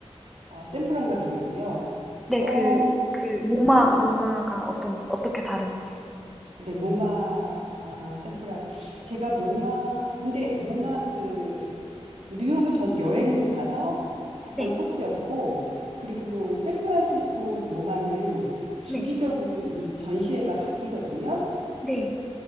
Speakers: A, on the right (about 75°); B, in the centre.
A: 아, 샌프란과 뉴욕이요?
B: 네,
A: 어,
B: 그, 그 모마, 모마가 어떤, 어떻게 다른지.
A: 네, 모마 아, 샌프란 제가 모마 근데 모마 그 스- 뉴욕은 저도 여행으로 가서 갔던
B: 네,
A: 코스였고 그리고 샌프란시스코 모마는 주기적으로
B: 네,
A: 이 전시회가 바뀌거든요.
B: 네,